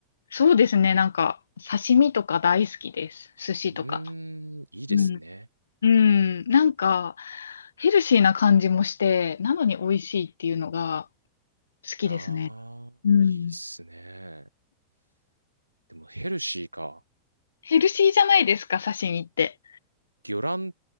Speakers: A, on the left; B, on the right.
A: そうですね。なんか、刺身とか大好きです。寿司とか。
B: うーん、いいですね。
A: うん。うん。なんか、ヘルシーな感じもして、なのに美味しいっていうのが好きですね。
B: なあ、
A: うん。
B: いいっすね。でもヘルシーか。
A: ヘルシーじゃないですか、刺身って。
B: 魚卵、